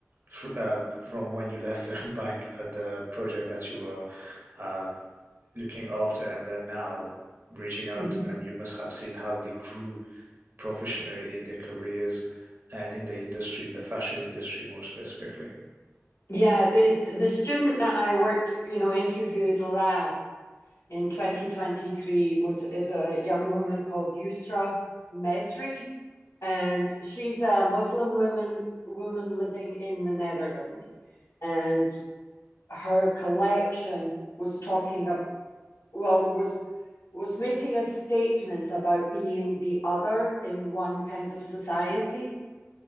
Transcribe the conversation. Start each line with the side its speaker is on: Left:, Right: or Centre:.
Right: fr uh, from when you left them <laughs> back at the project that you were uh, looking after and then now reaching out
Left: Mhm.
Right: to them, you must have seen how they grew professionally in their careers and in the industry, in the fashion industry more specifically.
Left: Yeah, the the student that I worked, you know, interviewed last in 2023 was is a young woman called Yusra Mesri, and she's a Muslim woman woman living in the Netherlands, and her collection was talking about well was was making a statement about being the other in one kind of society